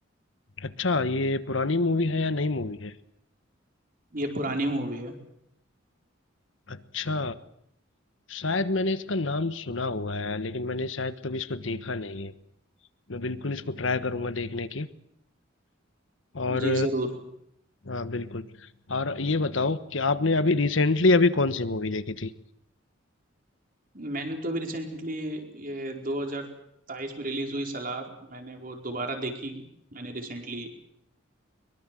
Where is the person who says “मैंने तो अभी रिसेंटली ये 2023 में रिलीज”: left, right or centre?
Right